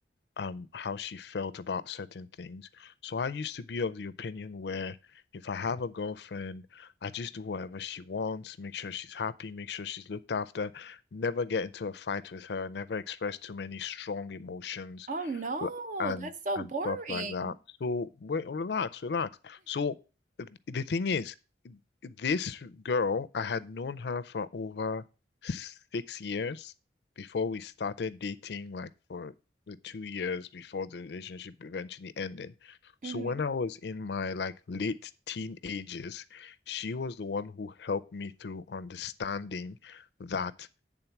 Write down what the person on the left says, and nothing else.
um how she felt about certain things. So I used to be of the opinion where if I have a girlfriend, I just do whatever she wants, make sure she's happy, make sure she's looked after, never get into a fight with her, never express too many strong emotions
l- and
and
stuff like that. So wait, relax, relax. So th- the thing is this girl, I had known her for over six years before we started dating, like for the two years before the relationship eventually ended.
So when I was in my like late teenagers, she was the one who helped me through understanding that